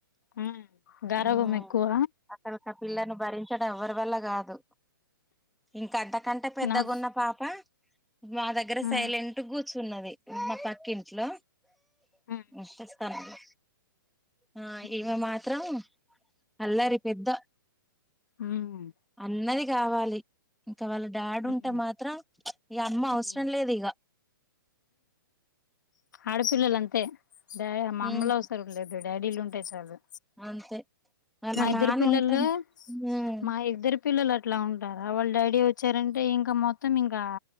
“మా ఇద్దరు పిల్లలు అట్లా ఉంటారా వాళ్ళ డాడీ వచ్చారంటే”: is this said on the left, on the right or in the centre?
Left